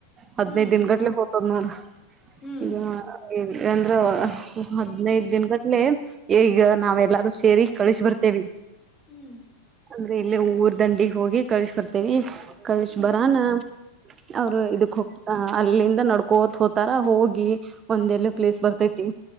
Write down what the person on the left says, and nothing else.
ಹ್ಮ್
ಹ್ಮ್
ಹ್ಮ್ ಹ್ಮ್
ಹ್ಮ್